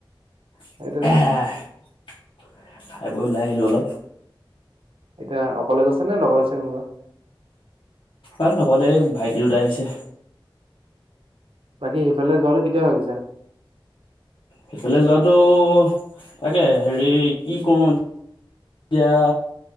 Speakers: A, on the left; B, on the right.
A: <unintelligible>
B: সেইটোৱেটো
A: খাই বৈ ওলাই আহিলোঁ অলপ।
B: এতিয়া অকলে গৈছে নে, লগৰ আছে কোনোবা?
A: আৰু লগতে এই ভাইটি দুটা আহিছে।
B: বাকী সিফালে যোৱাটো কেতিয়া ভাবিছা?
A: সেইফালে যোৱাটো তাকে হেৰি কি কৰো <unintelligible> এতিয়া